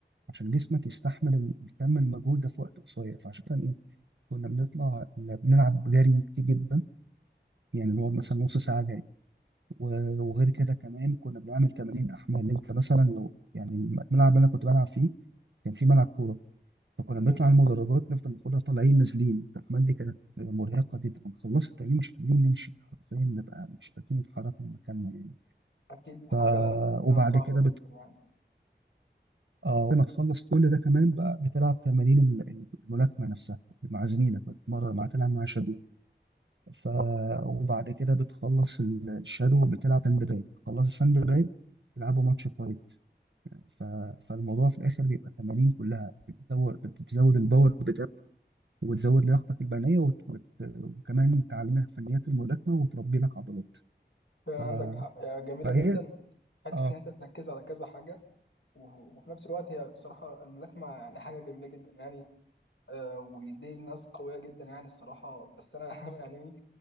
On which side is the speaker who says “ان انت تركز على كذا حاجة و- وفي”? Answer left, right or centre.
Left